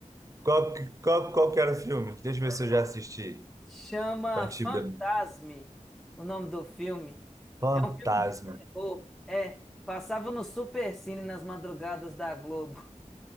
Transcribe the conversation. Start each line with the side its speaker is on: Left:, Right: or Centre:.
Right: Qual, que- qual, qual que era o filme? Deixa eu ver se eu já assisti.
Centre: Chama
Right: Antibia-
Centre: Fantasme, o nome do filme.
Right: Fantasma.
Centre: É um filme de terror. É, passava no Supercine nas madrugadas da Globo.